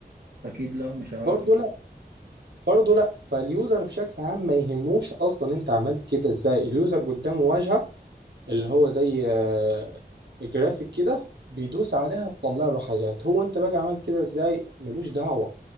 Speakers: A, on the right (about 65°); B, on the right (about 80°).
A: اكيد لا مش عارف
B: برضه
A: لا
B: لا برضه لا فاليوزر بشكل عام ما يهموش اصلا انت عملت كده ازاي اليوزر قدامه واجهه اللي هو زي آه، جرافيك كده بيدوس عليها تطلع له حاجات هو انت بقى عملت كده ازاي ملوش دعوه